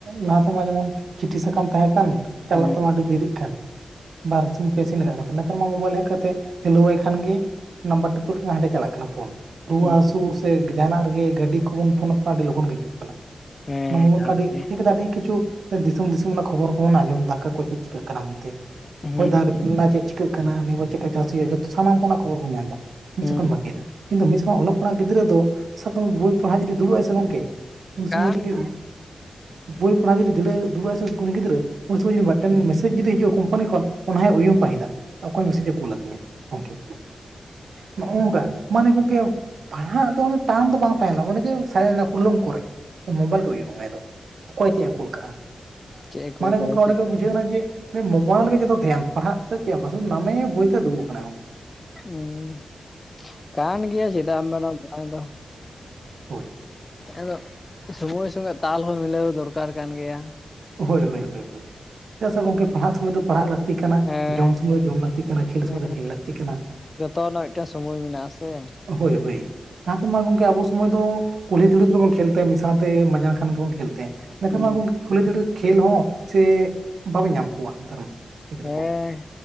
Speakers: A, on the right; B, on the left.
A: ᱞᱟᱦᱟᱛᱮᱢᱟ ᱡᱮᱢᱚᱱ ᱪᱤᱴᱷᱤ ᱥᱟᱠᱟᱢ ᱛᱟᱦᱮᱸ ᱠᱟᱱ᱾ ᱪᱟᱞᱟᱜ
B: ᱦᱮᱸ
A: ᱛᱟᱢᱟ ᱟᱹᱰᱤ ᱫᱮᱨᱤᱜ ᱠᱟᱱ᱾ ᱵᱟᱨ ᱥᱤᱧ ᱯᱮ ᱥᱤᱧ ᱞᱟᱜᱟᱜ ᱠᱟᱱ ᱛᱟᱦᱮᱜ ᱱᱮᱛᱟᱨ ᱢᱟ ᱢᱳᱵᱟᱭᱤᱞ ᱦᱮᱡ ᱠᱟᱛᱮ ᱦᱮᱞᱳᱣᱟᱭ ᱠᱷᱟᱱ ᱜᱮ, ᱱᱟᱢᱵᱟᱨ ᱴᱤᱯᱟᱹᱣ ᱞᱮᱠᱷᱟᱱ ᱜᱮ ᱦᱟᱸᱰᱮ ᱪᱟᱞᱟᱜ ᱠᱟᱱᱟ ᱯᱷᱳᱱ᱾ ᱨᱩᱣᱟᱹ
B: ᱦᱮᱸ
A: ᱦᱟᱹᱥᱩ ᱥᱮ ᱡᱟᱦᱟᱱᱟᱜ ᱨᱮᱜᱮ ᱜᱟᱹᱰᱤ ᱠᱚᱵᱚᱱ ᱯᱷᱳᱱ ᱟᱠᱚ ᱠᱷᱟᱱ ᱟᱹᱰᱤ ᱞᱚᱜᱚᱱ ᱜᱮ ᱦᱤᱡᱩᱜ ᱠᱟᱱᱟ᱾
B: ᱦᱮᱸ
A: ᱚᱱᱟ ᱢᱳᱵᱟᱭᱤᱞ
B: ᱠᱟᱱ
A: ᱠᱚ ᱟᱹᱰᱤ
B: ᱜᱮᱭᱟ
A: ᱦᱮᱡ ᱠᱟᱛᱮ ᱟᱹᱰᱤ ᱠᱤᱪᱷᱩ ᱫᱤᱥᱚᱢ ᱫᱤᱥᱚᱢ ᱚᱱᱟ ᱠᱷᱚᱵᱚᱨ ᱠᱚᱵᱚᱱ ᱟᱸᱡᱚᱢ ᱮᱫᱟ ᱟᱠᱟ ᱠᱚ ᱪᱮᱫ ᱪᱤᱠᱟᱹᱜ ᱠᱟᱱᱟ ᱢᱮᱱᱛᱮ
B: ᱦᱮᱸ
A: ᱦᱚᱭ ᱫᱟᱜ
B: ᱦᱮᱸ
A: <inaudible> ᱪᱮᱫ ᱪᱤᱠᱟᱹᱜ ᱠᱟᱱᱟ ᱱᱤᱭᱟᱹ ᱵᱟᱨ ᱪᱮᱫᱠᱟ ᱪᱟᱥ ᱦᱩᱭᱩᱜᱼᱟ ᱡᱚᱛᱚ ᱥᱟᱱᱟᱢ ᱠᱚ ᱚᱱᱟ ᱠᱷᱚᱵᱚᱨ ᱵᱚᱱ ᱧᱟᱢ ᱮᱫᱟ <inaudible>
B: ᱦᱮᱸ
A: <inaudible> ᱠᱤᱱᱛᱩ ᱢᱤᱫ ᱥᱮ ᱠᱷᱚᱱ ᱚᱞᱚᱜ ᱯᱟᱲᱦᱟᱜ ᱜᱤᱫᱽᱨᱟᱹ ᱫᱚ ᱥᱟᱵ ᱠᱟᱜ ᱢᱮ ᱵᱳᱭ ᱯᱟᱲᱦᱟᱜ ᱡᱩᱫᱤ ᱫᱩᱲᱩᱵ ᱟᱭ ᱜᱚᱝᱠᱮ ᱩᱱ ᱥᱚᱢᱚᱭ
B: ᱠᱟᱱ
A: ᱡᱩᱫᱤ
B: ᱜᱮᱭᱟ
A: ᱵᱳᱭ ᱯᱟᱲᱦᱟᱣ ᱫᱤᱲᱟᱹ ᱫᱩᱲᱩᱵ ᱟᱭ ᱥᱮ ᱩᱱᱤ ᱜᱤᱫᱽᱨᱟᱹ ᱩᱱ ᱥᱚᱢᱚᱭ ᱡᱩᱤ ᱢᱤᱫᱴᱮᱱ ᱢᱮᱥᱮᱡᱽ ᱡᱩᱫᱤ ᱦᱤᱡᱩᱜᱼᱟ ᱠᱳᱢᱯᱟᱱᱤ ᱠᱷᱚᱱ ᱚᱱᱟ ᱦᱚᱸᱭ ᱩᱭᱩᱝ ᱯᱟᱹᱦᱤᱞᱟ ᱚᱠᱚᱭ ᱢᱮᱥᱮᱡᱽ ᱮ ᱠᱩᱞᱟ ᱫᱤᱧᱟ ᱜᱚᱝᱠᱮ ᱱᱚᱜᱼᱚᱝᱠᱟ ᱢᱟᱱᱮ ᱜᱚᱝᱠᱮ ᱯᱟᱲᱦᱟᱜ ᱫᱚ ᱴᱟᱱ ᱫᱚ ᱵᱟᱝ ᱛᱟᱦᱮᱸᱱᱟ ᱚᱱᱮ ᱡᱮ <inaudible> ᱠᱚᱨᱮ ᱢᱳᱵᱟᱭᱤᱞ ᱜᱮ ᱭᱩᱭᱩᱝ ᱟᱭ ᱟᱫᱚ᱾ ᱚᱠᱚᱭ ᱪᱮᱫ ᱮ ᱠᱩᱞ ᱠᱟᱜᱼᱟ
B: ᱪᱮᱫ ᱮ ᱠᱳᱞ
A: ᱢᱟᱱᱮ
B: ᱠᱟᱫᱟ
A: ᱜᱚᱝᱠᱮ ᱚᱸᱰᱮ
B: ᱪᱮᱫ
A: ᱜᱮ ᱵᱩᱡᱽ ᱡᱷᱟᱹᱣ ᱱᱟ ᱡᱮ ᱢᱳᱵᱟᱭᱤᱞ ᱜᱮ ᱡᱚᱛᱚ ᱫᱷᱮᱭᱟᱱ ᱯᱟᱲᱦᱟᱜ ᱪᱮᱫ ᱦᱚᱸ ᱵᱟᱝ ᱥᱩᱫᱩ ᱱᱟᱢᱮ ᱵᱳᱭ ᱟᱛᱮᱜ ᱫᱩᱲᱩᱵ ᱟᱠᱟᱱᱟᱭ ᱜᱚᱝᱠᱮ᱾
B: ᱩᱸ ᱠᱟᱱᱟ ᱜᱮᱭᱟ ᱪᱮᱫᱟᱜ ᱮᱢ ᱢᱮᱱᱟ ᱵᱟᱝ ᱫᱚ᱾
A: ᱦᱳᱭ᱾
B: ᱟᱫᱚ ᱥᱚᱢᱚᱭ ᱥᱚᱸᱜᱮ ᱛᱟᱞ ᱦᱚᱸ ᱢᱤᱞᱟᱹᱣ ᱫᱚᱨᱠᱟᱨ ᱠᱟᱱ ᱜᱮᱭᱟ᱾
A: ᱦᱳᱭ ᱦᱳᱭ ᱦᱳᱭ ᱦᱳᱭ ᱪᱮᱫᱟᱜ ᱥᱮ ᱜᱚᱝᱠᱮ ᱯᱟᱲᱦᱟᱜ ᱥᱚᱢᱚᱭ ᱫᱚ ᱯᱟᱲᱦᱟᱜ ᱞᱟ ᱛᱤ ᱠᱟᱱᱟ
B: ᱦᱮᱸ
A: ᱡᱚᱢ ᱥᱚᱢᱚᱭ ᱫᱚ ᱡᱚᱢ ᱞᱟᱹᱠᱛᱤ ᱠᱟᱱᱟ ᱠᱷᱮᱞ ᱥᱚᱢᱚᱭ
B: ᱦᱮᱸ
A: ᱫᱚ ᱠᱷᱮᱞ ᱞᱟᱹᱠᱛᱤ ᱠᱟᱱᱟ᱾
B: ᱡᱚᱛᱚ ᱨᱮᱱᱟᱜ ᱢᱤᱫᱴᱮᱱ ᱥᱚᱢᱚᱭ ᱢᱮᱱᱟᱜᱼᱟ ᱥᱮ᱾
A: ᱦᱳᱭ ᱦᱳᱭ ᱞᱟᱦᱟ ᱛᱮᱢᱟ ᱜᱚᱝᱠᱮ ᱟᱵᱚ ᱥᱚᱢᱚᱭ ᱫᱚ ᱠᱩᱞᱦᱤ ᱫᱷᱩᱲᱤ ᱠᱚᱨᱮᱵᱚᱱ ᱠᱷᱮᱞ <inaudible> ᱥᱟᱶᱛᱮ ᱢᱟᱡᱟᱱ ᱠᱷᱟᱱ ᱜᱮ ᱵᱚᱱ ᱠᱷᱮᱞ ᱛᱟᱦᱮᱸ ᱱᱮᱛᱟᱨ
B: ᱦᱮᱸ
A: ᱢᱟ ᱜᱚᱝᱠᱮ ᱠᱩᱞᱦᱤ ᱫᱷᱩᱲᱤ ᱠᱷᱮᱞ ᱦᱚᱸ ᱥᱮ ᱵᱟᱵᱮᱱ ᱧᱟᱢ ᱠᱚᱣᱟ ᱱᱮᱛᱟᱨ ᱢᱟ᱾ ᱜᱤᱫᱽᱨᱟᱹ
B: ᱦᱮᱸ
A: ᱠᱚ